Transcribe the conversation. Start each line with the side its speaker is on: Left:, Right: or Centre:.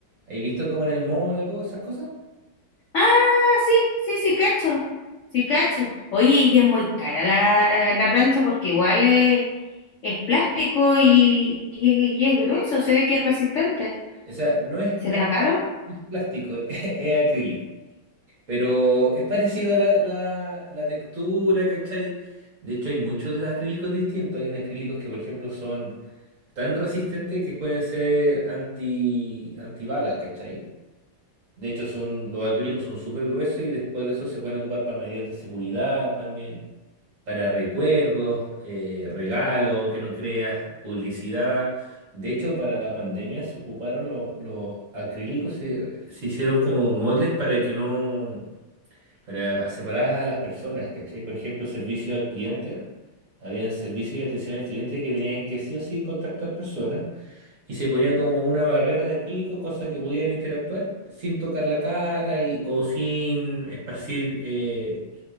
Right: ¿Hay visto como en el mall algo de esas cosas?
Left: Ah, sí, sí, sí, cacho. Sí, cacho. Oye, y es muy cara la, la plancha porque igual es, es plástico y, y es, y es grueso, se ve que es resistente.
Right: O sea, no es,
Left: ¿Será
Right: no es,
Left: caro?
Right: pla- no es plástico, <laughs> es, es acrílico. Pero es parecido a la, la, la textura, ¿cachai? De hecho, hay muchos de acrílicos distintos. Hay unos acrílicos que, por ejemplo, son tan resistentes que pueden ser anti, antibalas, ¿cachai? De hecho, son, los acrílicos son súper gruesos y después de eso se pueden ocupar para medidas de seguridad también, para recuerdos, eh, regalos, que no creas, publicidad. De hecho, para la pandemia se ocuparon lo- los acrílicos, se, se hicieron como moldes para que no, para separar a las personas, ¿cachai? Por ejemplo, servicio al cliente. Habían servicio y atención al cliente que tenían que sí o sí contactar personas. Y se ponía como una barrera de acrílico, cosa que podían interactuar sin tocar la cara y, o sin esparcir, eh,